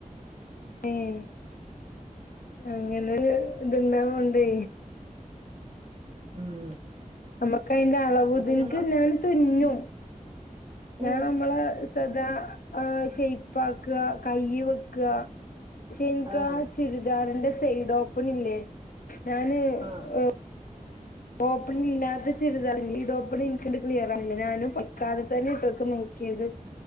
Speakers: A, on the left; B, on the right.
A: ഏഹ് അങ്ങനൊരു ഇത്ള്ളോങ്കൊണ്ടേ
B: ഉം
A: ഞമ്മക്കയ്ൻ്റെ അളവും
B: ഇപ്പൊ ഞമ്മള
A: ത് ഞാൻതുന്നും ഞാൻ
B: ഉം
A: നമ്മളെ സ് ത്തതാ ആ ശൈപ്പാക്ക കയ്യ് വെക്കാ ക്ഷെ ഇൻക്കാ
B: ആഹ്
A: ചുരിദാറിന്റെ സൈഡോപ്പണ്ല്ലേ ഞാന്
B: ആഹ്
A: എ ഓപ്പണില്ലാത്ത ചുരിതാറ്ല്ലെ യ്ല് ഓപ്പൺൻക്ക്ണ്ട് ക്ലിയറാവ്ണില്ല ഞാനും പിക്കാലത്തന്നെ ഇട്ടൊക്കെ നോ ക്കേത്